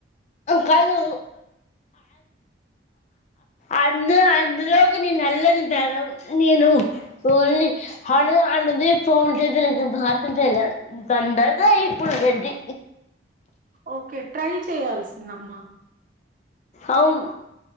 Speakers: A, on the left; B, on the right.
A: కాదు అందు అందులోకి నిను నల్లదింత నేను ఓన్లీ అ అంటది ఫోన్ చేతే నా భ దండగా ఇప్పుడు రెడ్డి
B: ఓకే ట్రై చేయాల్సిందమ్మా
A: అవును